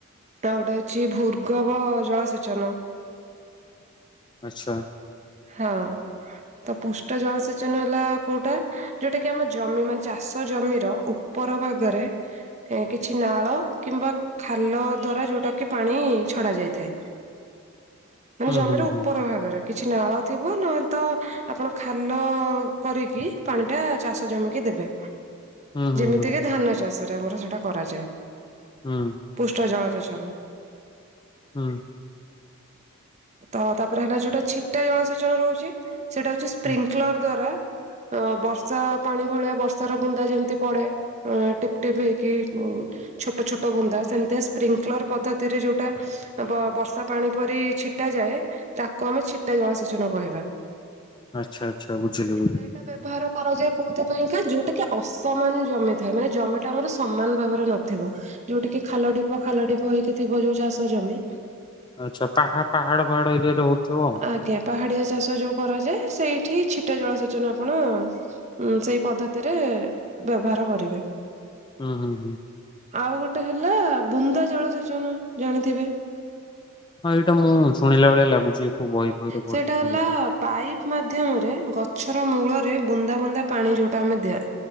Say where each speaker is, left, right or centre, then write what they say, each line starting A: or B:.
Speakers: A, on the right (about 30°); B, on the left (about 20°).
A: ତା ଗୋଟେ ଅଛି ଭୂର୍ଗବ ଜଳ ସେେଚନ।
B: ଆଚ୍ଛା।
A: ହଁ। ତ ପୁଷ୍ଟ ଜଳ ସେେଚନ ହେଲା କୋଉଟା ଯୋଉଟା କି ଆମ ଜମି ମାନେ ଚାଷ ଜମିର ଉପ ଉପର ଭାଗରେ କିଛି ନାଳ କିମ୍ବା ଖାଲ ଦ୍ଵାରା ଯୋଉଟା କି ପାଣି ଛଡା ଯାଇଥାଏ। ମାନେ
B: ହୁଁ
A: ଜମିର
B: ହୁଁ
A: ଉପର
B: ହୁଁ
A: ଭାଗରେ। କିଛି ନାଳ ଥିବ ନହେଲେ ତ ଆପଣ ଖାଲ କରିକି ପାଣିଟା ଚାଷ ଜମିକି ଦେବେ।
B: ହୁଁ ହୁଁ
A: ଯେମିତି
B: ହୁଁ ହୁଁ
A: କିି ଧାନ ଚାଷରେ ଆମର ସେଟା କରାଯାଏ।
B: ହୁଁ।
A: ପୃଷ୍ଠ ଜଳସେଚନ।
B: ହୁଁ।
A: ତ ତାପରେ ହେଲା ଯୋଉଟା ଛିଟା ଜଳସେଚନ ରହୁଛି ସେଇଟା ହଉଛି ସ୍ପ୍ରିଙ୍କଲର
B: ହୁଁ।
A: ଦ୍ଵାରା ଅ ବର୍ଷା ପାଣି ଭଳିଆ ବର୍ଷାର ବୁନ୍ଦା ଯେମିତି ପଡେ ଏ ଟିପିଟିପି ହେଇକି ହୁଁ ଛୋଟ ଛୋଟ ବୁନ୍ଦା ସେମିତି ସ୍ପ୍ରିଙ୍କଲର ପଦ୍ଧତିରେ ଯୋଉଟା ବ ବର୍ଷା ପାଣି ପରି ଛିଟ ଛିଟା ଯାଏ ତାକୁ ଆମେ ଛିଟା ଜଳସେଚନ କହିବା।
B: ଆଚ୍ଛା ଆଚ୍ଛା ବୁଝିଲି ବୁଝିଲି।
A: ସେଇଟା ବ୍ୟବହାର କରାଯାଏ କୋଉଥି ପାଇଁଁ କା ଯୋଉଟା କି ଅସମାନ ଜମି ଥାଏ ମାନେ ଜମିଟା ଆମର ସମାନ ଭାବରେ ନଥିବ। ଯୋଉଠ କିି ଖାଲ ଢିପ ଖାଲ ଢିପ ହେଇକି ଥିବ ଯୋଉ ଚାଷ ଜମି
B: ଆଚ୍ଛା ପାହା ପାହାଡ଼ ପହାଡ଼ ଏରିଆ ହଉଥିବ।
A: ଆଜ୍ଞା ପାହାଡିଆ ଚାଷ ଯୋଉ କରାଯାଏ ସେଇଠି ଛିଟା ଜଳସେଚନ ଆପଣ ହୁଁ ସେଇ ପଦ୍ଧତିରେ ବ୍ୟବହାର କରିବେ।
B: ହୁଁ ହୁଁ।
A: ଆଉ ଗୋଟେ ହେଲା ବୁନ୍ଦା ଜଳସେଚନ ଜାଣିଥିବେ।
B: ହଁ ଏଇଟା ମୁଁ ଶୁଣିଲା ଭଳିଆ ଲାଗୁଛି। କୋଉ ବହି ଫହିରେ ପଢିଥିଲି
A: ସେଇଟା ହେଲା
B: ବୋଧେ।
A: ପାଇପ ମା ମାଧମରେ ଗଛର ମୂଳରେ ବୁନ୍ଦା ବୁନ୍ଦା ପାଣି ଯୋଉଟା ଆମେ ଦିଆ